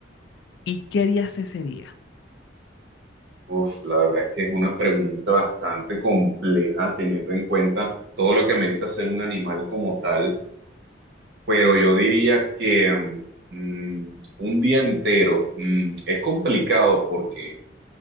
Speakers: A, on the left; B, on the right.
A: y qué harías ese día?
B: Uf, la verdad es que es una pregunta bastante compleja teniendo en cuenta todo lo que amerita ser un animal como tal, pero yo diría que mm, un día entero mm, es complicado porque